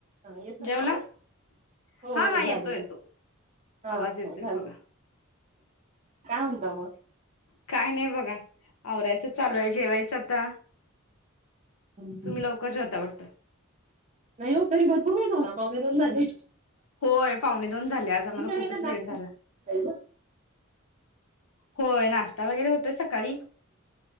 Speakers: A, on the right (about 35°); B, on the left (about 80°).
A: हा येतो
B: जेवला
A: ना आवाज
B: हां,
A: हो हो
B: हां,
A: झालं
B: येतो, येतो,
A: झालं हा
B: आवाज येतोय
A: हो झालं
B: बघा.
A: काय म्हणता मग
B: काय नाय बघा. आवरायचं चालूय, जेवायचं आता.
A: हं, हं.
B: तुमी लवकर जेवता वाटतं.
A: नाही हो तरी भरपूर वेळ झाला, पावणेदोन झाले.
B: होय पाहुणेत. दोन झाले आज
A: तुमच्याकडे
B: आम्हाला खूपच
A: काय नाश्ता
B: लेट झाला.
A: आहे का?
B: <inaudible> होय नाष्टा वगैरे होतोय सकाळी,